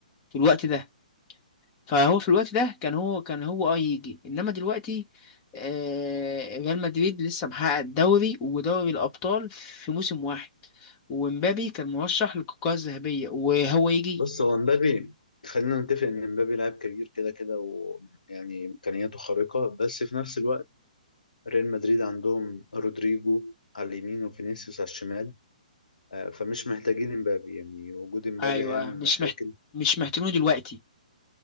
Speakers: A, on the left; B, on the left.
A: في الوقت ده فهو في الوقت ده كان هو كان هو اه يجي انما دلوقتي آه، ريال مدريد لسه محقق الدوري ودوري الابطال في موسم واحد ومبابي كان مرشح للكرة الذهبية وهو يجي
B: بص هو مبابي خلينا نتفق ان مبابي لاعب كبير كده كده ويعني امكانياته خارقه بس في نفس الوقت ريال مدريد عندهم رودريجو على اليمين وفينيسيوس على الشمال آه، فمش محتاجين امبابي يعني وجود امبابي
A: ايوه
B: هيعمل
A: مش
B: مشاكل
A: محت... مش محتاجينه دلوقتي